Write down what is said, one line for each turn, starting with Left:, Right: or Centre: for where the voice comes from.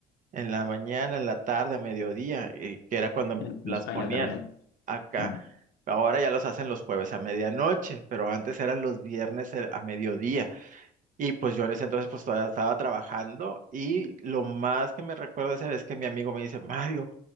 Right: en la mañana, en la tarde, a mediodía, y que era cuando em,
Left: En,
Right: las
Left: en España
Right: ponían
Left: también.
Right: acá.
Left: Mm.
Right: Ahora ya los hacen los jueves a medianoche, pero antes eran los viernes eh, a mediodía. Y pues yo en ese entonces pues todavía estaba trabajando y lo más que me recuerdo esa vez que mi amigo me dice, Mario,